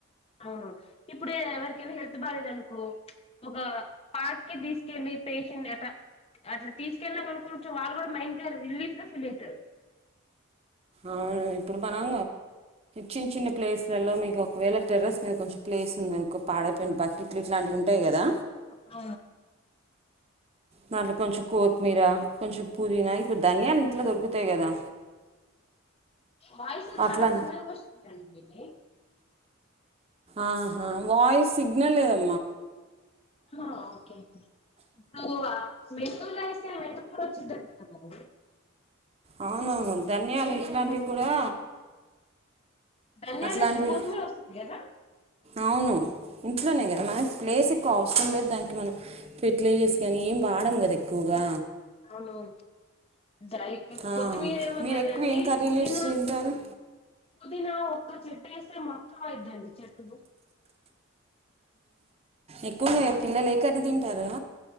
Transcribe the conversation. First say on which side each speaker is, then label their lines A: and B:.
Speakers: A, on the left; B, on the right.
A: అవును ఇప్పుడ ఎవరికైనా హెల్త్ బాగాలేదు అనుకో ఒక పార్క్కు తీసుకెళ్ళి పేషెంట్ అ అట్లా తీసుకెళ్ళినామనకో కొంచెం వాళ్ళు కూడా మైండ్ రిలీఫ్గా ఫీల్ అవుతారు.
B: అవును ఇప్పుడు మనం చిన్న చిన్న ప్లేస్ లలో మీకు ఒకవేళ టెర్రస్ మీద కొంచెం ప్లేస్ ఉంది అనుకో పాడైపోయిన బకెట్లు ఇట్లాంటివి ఉంటాయి కదా
A: అ
B: దాంట్లో కొంచెం కొత్తిమీర. కొంచెం పుదీనా ఇప్పుడు ధన్యాలు ఇంట్లో దొరుకుతాయి కదా
A: వాయిస్
B: అట్లా.
A: చాలా చిన్నగా వస్తుందండి మీది
B: ఆహా వాయిస్ సిగ్నల్ లేదమ్మా.
A: అ ఓకే ఇప్పుడు మెంతులు వేసే మెటుకులో కూడా వచ్చింది బాబు.
B: అవునవును ధన్యాలు ఇట్లాంటికి కూడా.
A: ధనియాలు
B: అట్లాంటివి
A: ఇస్తే కోతిమీర వస్తది కదా
B: అవును ఇంట్లోనే కదా మనకి ప్లేస్ ఎక్కువ అవసరం లేదు దానికి మనం ఫెర్టిలేైజర్స్ కానీ ఏం వాడం కదా ఎక్కువగా
A: అవునవును దైక
B: ఆ,
A: కొత్తిమీరేమో
B: మీరు
A: కదండి
B: ఎక్కువ ఏం కర్రీలు
A: పుదీనా
B: ఇష్టం తింటారు
A: పుదీనా ఒక్క చెట్టు వేస్తే మొత్తం ఆ ఇద్దామండి చెట్టుకు
B: ఎక్కువ పిల్లలు ఏ కర్రీ తింటారా